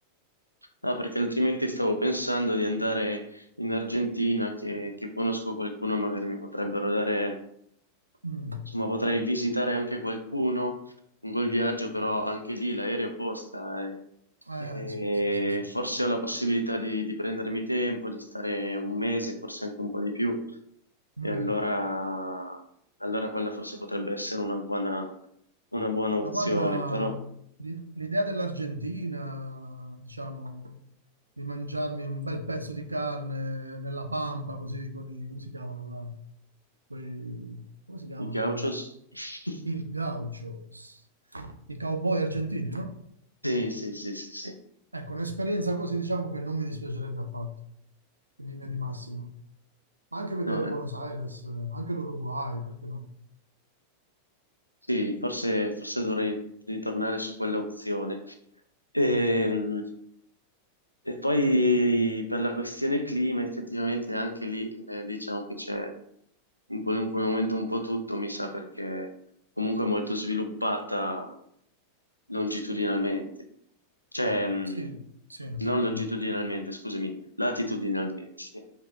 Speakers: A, on the left; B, on the right.
A: No, perché altrimenti stavo pensando di andare in Argentina, che, che conosco qualcuno, magari mi potrebbero dare,
B: Mm.
A: insomma, potrei visitare anche qualcuno con quel viaggio, però anche lì l'aereo costa e,
B: Eh,
A: e
B: sì, sì, sì, sì,
A: forse
B: sì.
A: ho la possibilità di, di prendermi tempo, di stare un mese, forse anche un po' di più, e
B: Mm.
A: allora, allora quella forse potrebbe essere una buona, una buona opzione,
B: Ma guarda,
A: però
B: l'i- l'idea dell'Argentina, diciamo, di mangiarmi un bel pezzo di carne nella pampa, così con i, come si chiamano là? Quei- come si chiamano?
A: i gauchos... <laughs>
B: I gauchos, i cowboy argentini, no?
A: Sì, sì, sì, sì, sì.
B: Ecco, un'esperienza così diciamo che non mi dispiacerebbe affatto, in linea di massima. Ma anche vedere
A: No, eh.
B: Buenos Aires, eh, anche l'Uruguay, perché no?
A: Sì, forse, forse dovrei ritornare su quella opzione. Ehm, E, poi per la questione clima, effettivamente anche lì eh, diciamo che c'è in qualunque momento un po' tutto, mi sa, perché comunque è molto sviluppata longitudinalmente. Cioè, mh,
B: Sì, sì,
A: non
B: sì,
A: longitudinalmente,
B: sì,
A: scusami, latitudinalmente, sì,